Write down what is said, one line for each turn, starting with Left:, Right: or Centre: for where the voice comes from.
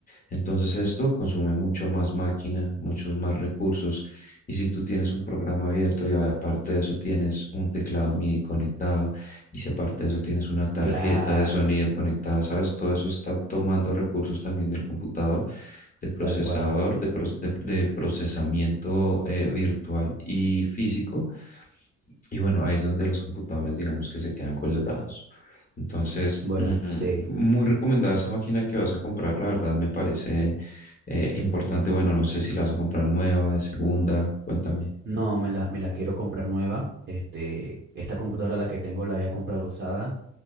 Left: Entonces esto consume mucho más máquina, muchos más recursos. Y si tú tienes un programa abierto y aparte de eso tienes un teclado MIDI conectado y si aparte de eso tienes una tarjeta
Right: claro,
Left: de sonido conectada, ¿sabes? Todo eso está tomando recursos también del computador, de procesador,
Right: tal cual.
Left: de, pro- de- de procesamiento eh, virtual y físico y bueno, ahí es donde los computadores, digamos que se quedan colgados. Entonces,
Right: Bueno,
Left: mm,
Right: sí.
Left: muy recomendada esa máquina que vas a comprar, la verdad me parece eh, importante. Bueno, no sé si la vas a comprar nueva, de segunda, cuéntame.
Right: No, me la, me la quiero comprar nueva. Este, esta computadora la que tengo la había comprado usada